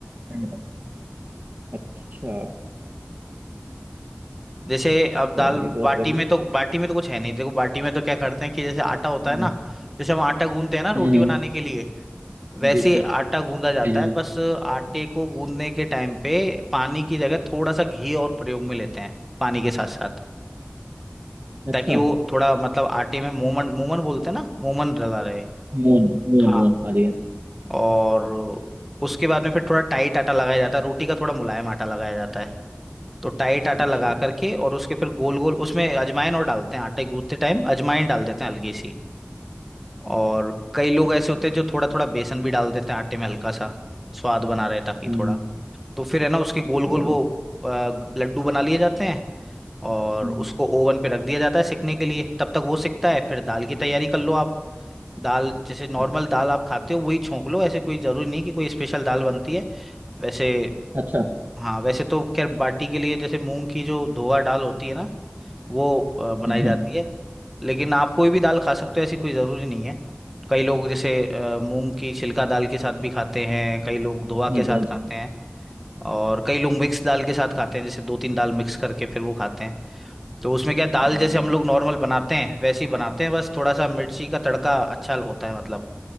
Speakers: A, on the right (about 50°); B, in the centre.
A: एंड तक अच्छा
B: जैसे अब दाल
A: चलिए बहुत
B: बाटी
A: बढ़िया
B: में तो बाटी में तो कुछ है नहीं देखो बाटी में तो क्या करते हैं कि जैसे आटा होता
A: हम्म
B: है ना जैसे हम आटा गूंथते हैं ना
A: हम्म
B: रोटी बनाने
A: हम्म,
B: के लिए वैसे
A: जी जी जी
B: ही आटा गूंदा जाता
A: जी।
B: है बस आटे को गूंदने के टाइम पे पानी की जगह थोड़ा सा घी और प्रयोग में लेते हैं पानी के साथ साथ
A: अच्छा
B: ताकि वो थोड़ा मतलब आटे में मोमन मोमन बोलते हैं ना मोमन डला रहे
A: मोहन मोहन
B: हाँ
A: मोहन हाँ जी हाँ जी।
B: और उसके बाद में फिर थोड़ा टाइट आटा लगाया जाता है रोटी का थोड़ा मुलायम आटा लगाया जाता है तो टाइट आटा
A: अच्छा
B: लगा करके और उसके फिर गोल गोल उसमें अजवाइन और डालते हैं आटे गूंथते टाइम अजवाइन डाल देते हैं हल्की सी और कई लोग
A: अच्छा
B: ऐसे होते हैं जो थोड़ा थोड़ा बेसन भी डाल देते हैं आटे में हल्का सा स्वाद बना रहे ताकि
A: हम्म
B: थोड़ा तो फिर है ना उसके गोल
A: चलो
B: गोल वो अ, लड्डू बना लिए जाते हैं और
A: हम्म
B: उसको ओवन पे रख दिया जाता है सिकने के लिए तब तक वो सिकता है फिर दाल की तैयारी कर लो आप दाल जैसे नॉर्मल
A: अच्छा
B: दाल आप खाते हो वही छोंक लो ऐसे कोई जरूरी नहीं कि कोई स्पेशल दाल बनती है वैसे
A: अच्छा
B: हाँ वैसे तो खैर बाटी के लिए जैसे मूंग की जो धोआ दाल होती है ना वो अ, बनाई
A: हम्म
B: जाती
A: हम्म,
B: है लेकिन आप कोई भी दाल खा सकते हो ऐसी कोई ज़रूरी नहीं है कई लोग जैसे अ, मूंग की छिलका दाल के साथ भी खाते हैं कई लोग धोआ
A: हाँ
B: के
A: जी
B: साथ
A: हाँ
B: हम्म।
A: जी हाँ
B: खाते
A: जी
B: हैं और कई लोग मिक्स दाल के साथ खाते हैं जैसे दो तीन दाल मिक्स करके फिर वो खाते हैं तो उसमें क्या है, दाल
A: हम्म,
B: जैसे
A: हम्म,
B: हम
A: हम्म।
B: लोग नॉर्मल बनाते हैं वैसे ही बनाते हैं बस थोड़ा सा मिर्ची का तड़का अच्छा होता है मतलब